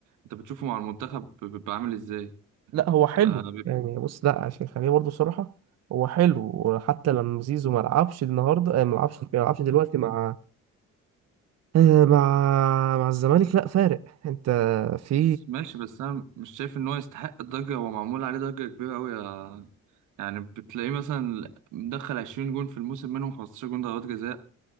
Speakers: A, on the right; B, on the right.
A: انت بتشوفه مع المنتخب بيبقى عامل ازاي
B: لا هو حلو
A: آه بيبقى-
B: يعني بص لا عشان خليني برضه صراحة هو حلو وحتى لما زيزو ما لعبش النهارده آه، ما لعبش ما لعبش دلوقتي مع آه، مع مع الزمالك لا فارق انت في
A: بس ماشي بس انا مش شايف ان هو يستحق الضجه هو معمول عليه ضجه كبيره قوي يا يعني بتلاقيه مثلا مدخل 20 جون في الموسم منهم 15 جون ضربات جزاء